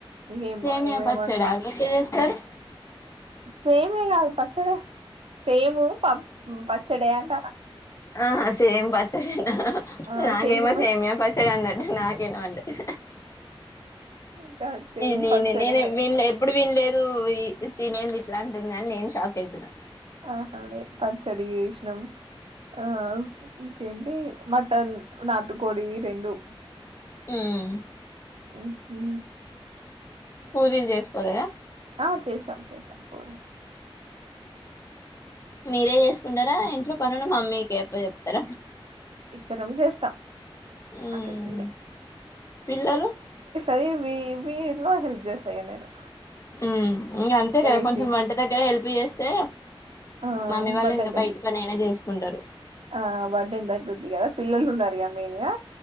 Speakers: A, on the right (about 85°); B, on the left (about 30°).
A: ఇవేమో
B: సేమియా
A: ఇవేమంట
B: పచ్చడా అది ఎట్లా చేస్తారు
A: సేమియా కాదు పచ్చడే సేము ప పచ్చడే అంటనా
B: ఆహా సేమ్ పచ్చడే నా
A: ఆ
B: నాకేమో
A: సేమియా
B: సేమీయ పచ్చడి అన్నట్టు నాకు వినపడ్డది
A: ఇంకా సేమ్
B: నేనే
A: పచ్చడే
B: నేనే వీళ్లు ఎప్పుడు వి లేదు ఈ తిను ఏంది ఇట్లా అంటుంది అని నేను షాక్ అయితున్న
A: ఆహా పచ్చడి చేసినం ఆ ఇంకేంటి మటన్ నాటుకోడి రెండు
B: ఉమ్
A: ఉహు
B: పూరీలు చేసుకోలేదా
A: ఆ చేసాం చేసాం కూర
B: మీరే జేసుకుంటరా ఇంట్లో పనులు, మమ్మీకే అప్ప చెప్తర.
A: ఇద్దరం జేస్తాం
B: మ్మ్
A: అట్లేం లే
B: పిల్లలు
A: అదే వీ మీలో హెల్ప్ చేస్తా ఇగ నేను
B: ఉ ఇగ అంతే
A: లేసి
B: కదా కొంచెం వంట దగ్గర హెల్ప్ చేస్తే
A: ఆ
B: మమ్మీ వాళ్ళు
A: బర్డన్
B: ఇంగ
A: తగ్గు
B: బయట పనైన జేసుకుంటారు
A: ఆ బర్డన్ దగ్గుద్ది గదా, పిల్లలు ఉన్నారుగా మెయిన్ గా.